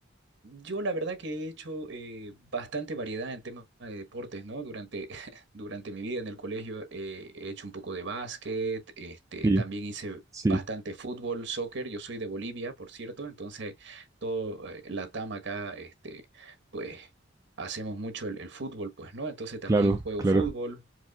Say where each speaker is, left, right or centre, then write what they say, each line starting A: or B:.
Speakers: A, on the right (about 65°); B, on the right (about 15°).
A: Yo la verdad que he hecho eh, bastante variedad en temas de deportes, ¿no? Durante, <laughs> durante mi vida en el colegio eh, he hecho un poco de básquet, este,
B: sí,
A: también hice
B: sí,
A: bastante fútbol, soccer, yo soy de Bolivia, por cierto, entonces todo eh, Latam acá, este, pues hacemos mucho el, el fútbol, pues, ¿no? Entonces también
B: Claro,
A: juego
B: claro.
A: fútbol,